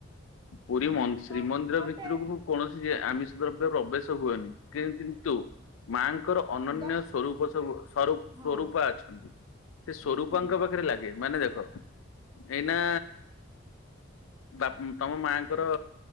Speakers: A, on the left; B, on the right.
A: ପୁରୀ
B: ହଁ
A: ମ ଶ୍ରୀ ମନ୍ଦିର
B: ମତେ
A: ଭିତରକୁ କୌଣସି। ଆମିଷ ଦ୍ରବ୍ୟ ପ୍ରବେଶ ହୁଏନି କି କିନ୍ତୁ। ମାଙ୍କର ଅନନ୍ୟ
B: ଦଶ
A: ସ୍ଵରୂପ ସବୁ ସରୂପ
B: ହଁ
A: ସ୍ୱରୁପା ଅଛନ୍ତି ସେ ସ୍ୱରୂପା
B: ହୁଁ
A: ଙ୍କ। ପାଖରେ ଲାଗେ ମାନେ ଦେଖ ଏଇନା। ବାପ୍ ତମ ମାଆଙ୍କ ର